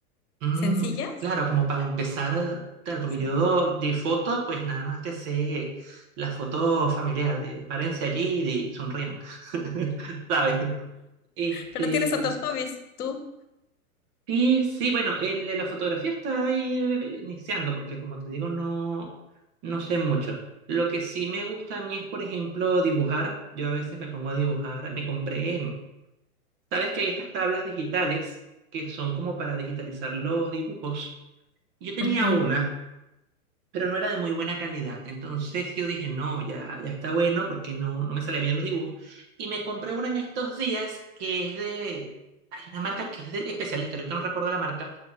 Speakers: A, on the right; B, on the left.
A: Mm,
B: sencillas.
A: claro, como para empezar, claro, porque
B: Sí.
A: yo de foto, pues nada más te sé la foto familiar de párense allí y sonrían, <laughs> ¿sabes? Este,
B: Pero tienes otros hobbies, tú.
A: Sí, sí, bueno, el de la fotografía está ahí eh, eh, iniciando, porque como te digo, no, no sé mucho. Lo que sí me gusta a mí es, por ejemplo, dibujar. Yo a veces me pongo a dibujar, me compré, em, sabes que hay estas tablas digitales que son como para digitalizar los dibujos. Yo tenía
B: Ajá.
A: una pero no era de muy buena calidad. Entonces yo dije, no, ya, ya está bueno porque no, no me salían bien los dibujos. Y me compré una en estos días que es de, hay una marca que es de especialista, ahorita no recuerdo la marca,